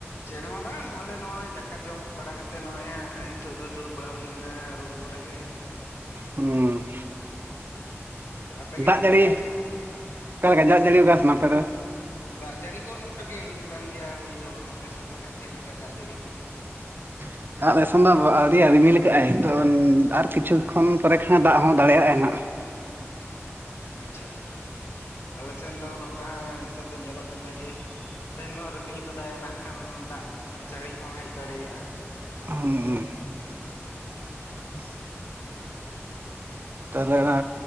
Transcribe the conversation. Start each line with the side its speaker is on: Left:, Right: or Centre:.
Left: ᱪᱮᱫ ᱦᱚᱸ ᱵᱟᱝ ᱟᱞᱮ ᱱᱚᱜᱼᱚᱭ ᱫᱟᱠᱟ ᱡᱚᱢ ᱵᱟᱲᱟ ᱠᱟᱛᱮᱜ ᱱᱚᱜᱼᱚᱭ ᱦᱟᱸᱜ ᱮᱸ ᱱᱤᱛᱚᱜ ᱫᱚ ᱫᱩᱲᱩᱵ ᱵᱟᱲᱟ ᱦᱩᱭ ᱠᱤᱱᱟ ᱨᱩᱢ ᱠᱚᱨᱮ ᱜᱮ᱾
Right: ᱦᱩᱸ
Left: ᱟᱯᱮ ᱜᱮ
Right: ᱫᱟᱜ
Left: ᱦᱟᱸᱜ
Right: ᱡᱟᱹᱲᱤ
Left: ᱱᱟᱜ ᱠᱷᱟᱱ ᱪᱮᱫ
Right: ᱚᱠᱟ <unintelligible> ᱟᱯᱮ ᱫᱚ
Left: ᱫᱟᱜ ᱡᱟᱹᱲᱤ ᱠᱚ ᱱᱚᱝᱠᱟ ᱜᱮ ᱦᱩᱭᱩᱜ ᱠᱟᱱ ᱜᱮᱭᱟ ᱦᱩᱭ ᱫᱚ, ᱟᱯᱮ ᱥᱮᱱ ᱜᱮ ᱦᱟᱸᱜ ᱪᱮᱜ ᱞᱮᱠᱟ ᱫᱟᱜ ᱡᱟᱹᱲᱤ ᱠᱚ?
Right: <inaudible> ᱟᱜᱞᱮ ᱥᱮᱱ ᱫᱚ ᱵᱟ ᱟᱹᱰᱤ ᱟ ᱨᱤᱢᱤᱞ ᱠᱟᱜᱼᱟᱭ ᱛᱚ ᱩᱱ ᱟᱨ ᱠᱤᱪᱷᱩ ᱠᱷᱚᱱ ᱯᱚᱨᱮ ᱠᱷᱟᱱᱮ ᱫᱟᱜ ᱦᱚᱸ ᱫᱟᱲᱮᱭᱟᱜᱼᱟᱭ ᱦᱟᱸᱜ ᱾
Left: ᱟᱪᱪᱷᱟ, ᱟᱞᱮ ᱥᱮᱱ ᱫᱚ ᱱᱚᱝᱠᱟ ᱦᱟᱸ ᱱᱤᱛᱚᱜ ᱫᱚ ᱧᱮᱞᱚᱜ ᱠᱟᱱᱟ ᱡᱮ ᱛᱮᱦᱮᱱ ᱫᱚ ᱨᱤᱢᱤᱞ ᱠᱟᱫᱟᱭ ᱱᱟᱜᱠᱷᱟᱱ ᱫᱟᱜ ᱡᱟᱹᱲᱤ ᱦᱚᱸ ᱦᱮᱡ ᱫᱟᱲᱮᱭᱟᱜᱼᱟ᱾
Right: ᱦᱩ <unintelligible> ᱛᱟᱦᱞᱮ ᱚᱱᱟ